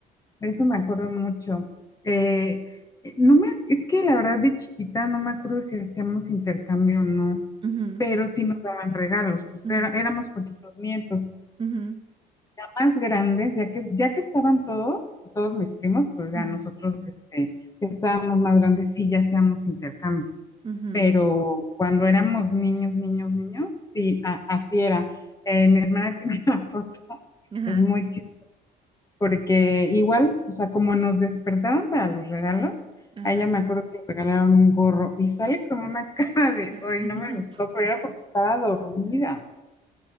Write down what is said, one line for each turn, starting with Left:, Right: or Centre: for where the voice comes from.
Left: de eso me acuerdo mucho. Eh, eh, no me, es que la verdad de chiquita no me acuerdo si hacíamos intercambio o no,
Right: Ujú,
Left: pero sí nos daban regalos, pues
Right: ujú,
Left: era- éramos poquitos nietos.
Right: ujú,
Left: Más grandes, ya que, ya que estaban todos, todos mis primos, pues ya
Right: ujú,
Left: nosotros este, que estábamos más grandes, sí ya hacíamos intercambio.
Right: ujú.
Left: Pero cuando éramos niños, niños, niños, sí, a- así era. Eh, mi hermana tiene <laughs> una foto,
Right: Ajá,
Left: es muy chistosa porque igual, o sea, como nos despertaban para los regalos,
Right: ajá.
Left: a ella me acuerdo que le regalaron un gorro y sale con una <laughs> cara de,
Right: <laughs>
Left: hoy no me gustó, pero era porque estaba dormida.